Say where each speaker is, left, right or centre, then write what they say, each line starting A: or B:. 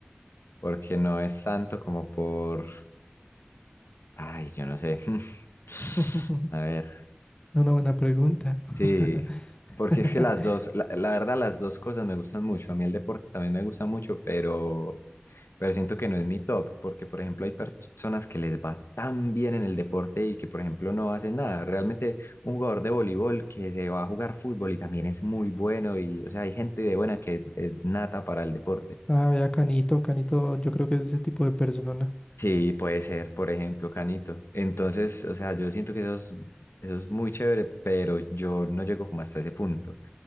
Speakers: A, on the left; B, on the left.
A: porque no es tanto como por, ay, yo no sé. <laughs>
B: <laughs>
A: A ver,
B: Es una buena pregunta. <laughs>
A: sí, porque es que las dos, la, la verdad, las dos cosas me gustan mucho. A mí el deporte también me gusta mucho, pero Pero siento que no es mi top, porque por ejemplo hay personas que les va tan bien en el deporte y que por ejemplo no hacen nada. Realmente un jugador de voleibol que se va a jugar fútbol y también es muy bueno y o sea, hay gente de buena que es nata para el deporte.
B: Ah, vea, Canito, Canito, yo creo que es ese tipo de persona,
A: Sí, puede ser, por ejemplo, Canito. Entonces, o sea, yo siento que eso es, eso es muy chévere, pero yo no llego como hasta ese punto.